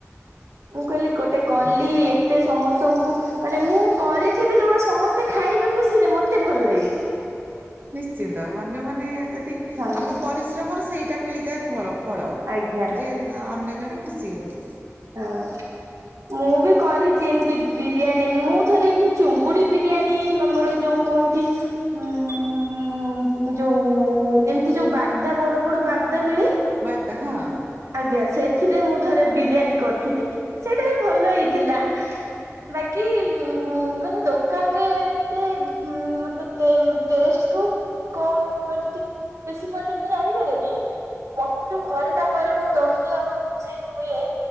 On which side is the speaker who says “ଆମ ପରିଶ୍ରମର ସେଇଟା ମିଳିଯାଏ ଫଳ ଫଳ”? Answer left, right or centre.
Right